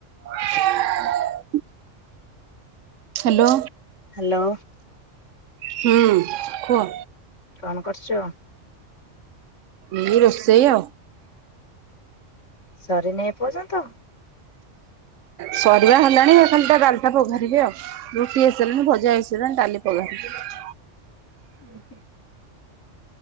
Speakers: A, on the right; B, on the left.
A: ହ ହ୍ୟାଲୋ।
B: ହ୍ୟାଲୋ।
A: ହୁଁ କୁହ?
B: କଣ କରୁଛ?
A: ଏ ରୋଷେଇ ଆଉ।
B: ସରିନି ଏ ପର୍ଯ୍ୟନ୍ତ।
A: ସରିବା ହେଲାଣି ଏ ଖାଲି ତ ଡାଲି ଟା ବାଘାରିବି ଆଉ। ରୁଟି ହେଇସାରିଲାଣି ଭଜା ହେଇସାରିଲାଣି ଡାଲି <unintelligible>
B: ହୁଁ ହୁଁ।